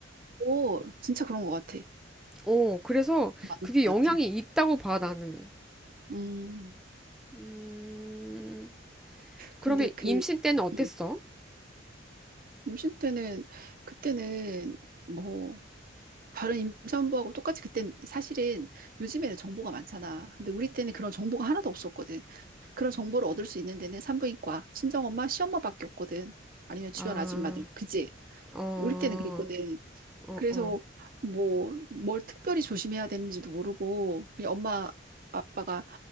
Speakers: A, on the right (about 50°); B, in the centre.
A: 오 진짜 그런 것 같아.
B: 어, 그래서
A: 그 맞는
B: 그게
A: 것
B: 영향이
A: 같아.
B: 있다고 봐, 나는.
A: 음
B: 음, 그러면
A: 근데 그
B: 임신 때는 어땠어?
A: 음, 임신 때는 그때는 뭐 다른 임산부하고 똑같이 그땐 사실은 요즘에는 정보가 많잖아. 근데 우리 때는 그런 정보가 하나도 없었거든. 그런 정보를 얻을 수 있는 데는 산부인과, 친정엄마, 시엄마밖에 없거든. 아니면 주변
B: 아.
A: 아줌마들. 그지?
B: 어,
A: 우리 때는 그랬거든.
B: 어,
A: 그래서
B: 어,
A: 뭐 뭘 특별히 조심해야 되는지도 모르고 그냥 엄마 아빠가